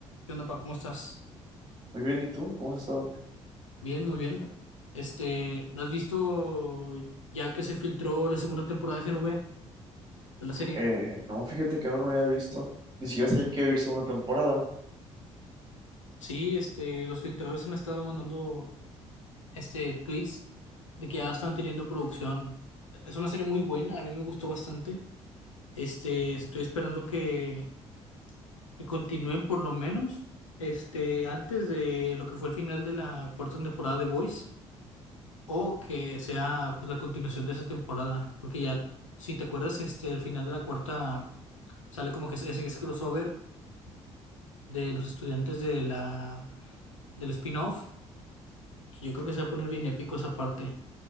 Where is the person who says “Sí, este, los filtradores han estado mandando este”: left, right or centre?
Left